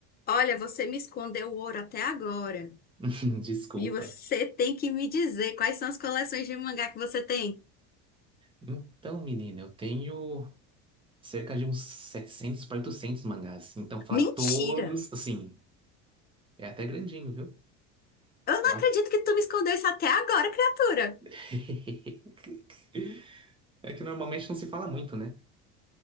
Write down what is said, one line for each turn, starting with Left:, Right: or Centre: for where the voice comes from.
Left: Olha, você me escondeu o ouro até agora.
Right: <laughs> Desculpa.
Left: E você tem que me dizer quais são as coleções de mangá que você tem.
Right: Então, menina, eu tenho cerca de uns 700 para 800 mangás. Então, falar
Left: Mentira!
Right: todos, assim, é até grandinho, viu?
Left: Eu
Right: Falar...
Left: não acredito que tu me escondeu isso até agora, criatura.
Right: <laughs> É que normalmente não se fala muito, né?